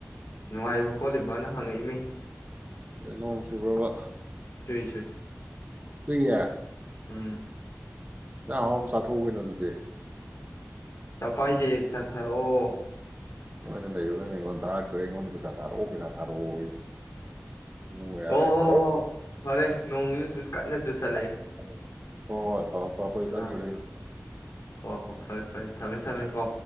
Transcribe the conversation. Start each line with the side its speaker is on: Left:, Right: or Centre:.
Left: ꯅꯨꯡꯉꯥꯏꯕ ꯈꯣꯠꯂꯤꯕꯅ ꯍꯪꯉꯛꯏꯃꯤ
Right: ꯑꯗ ꯅꯣꯡ ꯆꯨꯕ꯭ꯔꯕ
Left: ꯆꯨꯏ ꯆꯨꯏ
Right: ꯆꯨꯏꯌꯦ
Left: ꯎꯝ
Right: ꯏꯟꯖꯥꯡ ꯑꯍꯥꯑꯣꯕ ꯆꯥꯊꯣꯛꯎ ꯀꯩꯅꯣ ꯑꯗꯨꯗꯤ
Left: ꯆꯄꯥꯏꯗꯦ ꯄꯩꯁꯥ ꯊꯥꯔꯛ ꯑꯣ
Right: ꯃꯣꯏꯅ ꯂꯩꯕ ꯅꯣꯏꯅ ꯑꯩꯉꯣꯟ ꯊꯥꯔꯛꯇ꯭ꯔꯦ ꯑꯩꯉꯣꯟꯗ ꯄꯩꯁꯥ ꯊꯥꯔꯛꯑꯣ ꯄꯩꯁꯥ ꯊꯥꯔꯛꯑꯣꯌꯦ ꯏꯕꯨꯉꯣ ꯌꯥꯔꯦ
Left: ꯑꯣ
Right: <unintelligible>
Left: ꯍꯣ ꯍꯣ ꯐꯔꯦ ꯅꯣꯡꯁꯨ ꯀꯟꯅ ꯆꯨꯁꯜꯂꯛꯑꯦ
Right: ꯍꯣ ꯍꯣꯏ ꯇꯧ ꯇꯧꯔꯣ ꯀꯟ
Left: ꯑꯥ
Right: <unintelligible>
Left: ꯍꯣ ꯍꯣ ꯐꯔꯦ ꯐꯔꯦ ꯊꯝꯃꯦ ꯊꯝꯃꯦ ꯀꯣ